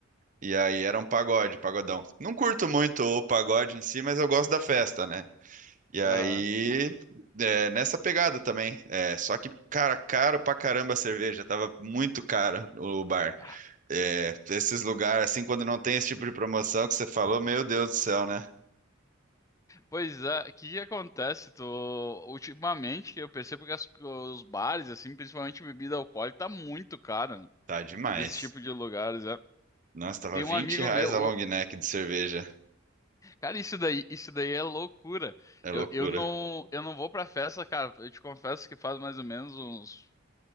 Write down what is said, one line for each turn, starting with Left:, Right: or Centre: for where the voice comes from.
Right: E aí era um pagode, pagodão. Não curto muito o pagode em si, mas eu gosto da festa, né? E aí,
Left: Aham.
Right: é, nessa pegada também. É, só que, cara, caro pra caramba a cerveja. Tava muito cara o bar.
Left: Ah.
Right: É, esses lugares, assim, quando não tem esse tipo de promoção que você falou, meu Deus do céu, né?
Left: Pois é, o que que acontece? Tu, ultimamente eu percebo que as- os bares, assim, principalmente bebida alcoólica, tá muito caro,
Right: Tá demais.
Left: desse tipo de lugares, é.
Right: Nossa, tava
Left: Tem
Right: 20
Left: um amigo
Right: reais
Left: meu,
Right: a
Left: ô-
Right: long neck de cerveja.
Left: cara, isso daí, isso daí é loucura.
Right: É
Left: Eu,
Right: loucura.
Left: eu não, eu não vou pra festa, cara. Eu te confesso que faz mais ou menos uns,